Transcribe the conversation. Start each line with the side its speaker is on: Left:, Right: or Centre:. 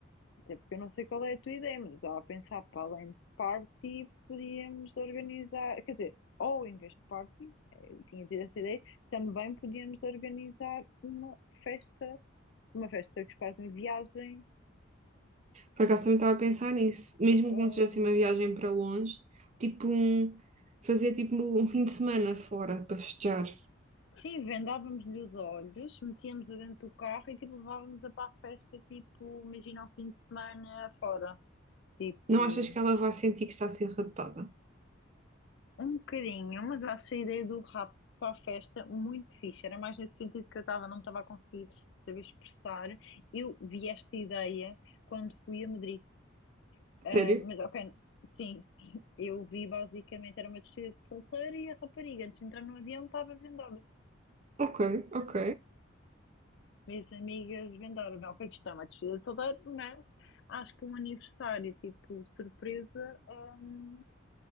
Left: Até porque eu não sei qual é a tua ideia, mas eu estava a pensar para além de party, podíamos organizar, quer dizer, ou em vez de party, eh, tinha tido essa ideia, também podíamos organizar uma festa, uma festa que se faz em viagem
Right: Por acaso também estava a pensar nisso. Mesmo
Left: Ah,
Right: que não seja assim uma viagem para longe, tipo um, fazer tipo um fim de semana fora para festejar.
Left: sim, vendávamos-lhe os olhos, metíamos-a dentro do carro e tipo levávamos-a para a festa, tipo, imagina ao fim de semana fora. Tipo,
Right: Não achas que ela vai sentir que está a ser raptada?
Left: um bocadinho, mas acho a ideia do rapto para a festa muito fixe. Era mais nesse sentido que eu estava, não me estava a conseguir saber expressar. Eu vi esta ideia quando fui a Madrid. Ah,
Right: Sério?
Left: mas ok, sim, <laughs> eu vi basicamente, era uma despedida de solteiro e a rapariga, antes de entrar no avião, estava vendada.
Right: Ok, ok.
Left: Minhas amigas vendaram-me. Ok, que está uma despedida de solteiro, mas acho que um aniversário tipo surpresa, hum,